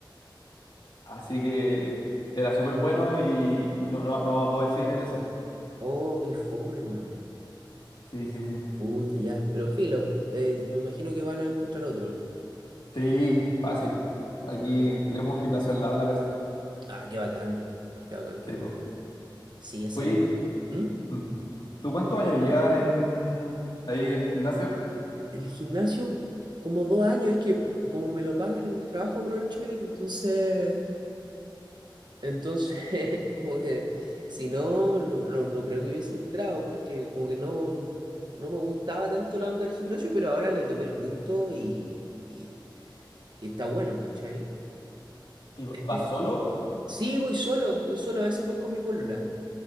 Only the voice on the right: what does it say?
Oh, qué fome, man.
Puta, ya. Pero filo, eh, me imagino que van a encontrar otro.
Sí, cierto.
Ah, qué bacán. Qué bacán, qué
bacán.
Sí, es
el. ¿Mm?
El gimnasio, como dos años, es que como me lo pagan en el trabajo, aprovecho de ir, entonces, entonces, <laughs> como que si no, no, no, no creo que hubiese entrado, porque como que no, no me gustaba tanto la onda del gimnasio, pero ahora le tomé el gusto y, y, y está bueno, ¿cachai?
Eh,
eh, Sí, voy solo, voy solo, a veces voy con mi polola.